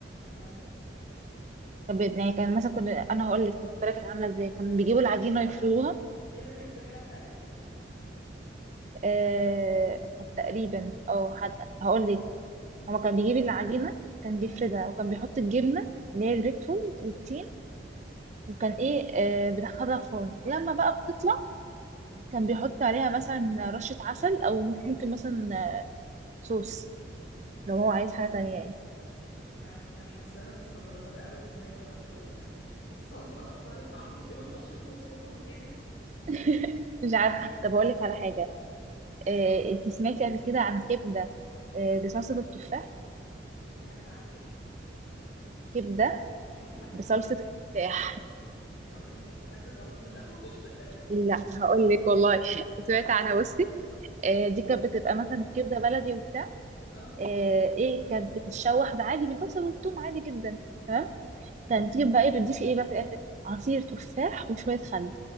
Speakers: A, on the left; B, on the right.
A: اه
B: كان بي- يعني كان مثلا كنا انا هقول لك كانت الطريقة كانت عاملة ازاي كان
A: بس
B: بيجيبوا
A: هي
B: العجينة يفردوها
A: دي كده بيتزا حادقة
B: آه، كانت تقريبا او حد هقول لك هو كان بيجيب العجينة كان بيفردها
A: اه
B: وكان بيحط الجبنة اللي هي الريكفورد والتين وكان ايه آه، بيدخلها فرن لما بقى بتطلع
A: مم.
B: كان بيحط عليها مثلا رشة عسل او ممكن مثلا صوص لو هو عايز حاجة تانية يعني
A: مش عارفة حاساها مستغرباها قوي اللي هو يا جماعة انتوا ال- الصلصة أثرت معاكم في ايه والطماطم والزيتون يعني
B: <laughs> مش عارفه طب اقول لك على حاجه إيه
A: آه.
B: انت سمعتي قبل كده عن كبده إيه بصلصه التفاح
A: سمعت عن ايه؟
B: كبده
A: ايوه
B: بصلصه التفاح
A: انا قلت يمكن سمعت غلط في الأول <laughs>
B: لا هقول لك والله <laughs> سمعت عنها بصي إيه دي كانت بتبقى مثلا كبده بلدي وبتاع
A: اه
B: إيه ايه كانت بتتشوح بعادي بالبصل والثوم عادي جدا تمام
A: اوكي
B: كانت تجيب بقى ايه بتضيفي ايه بقى في الاخر عصير تفاح وشويه خل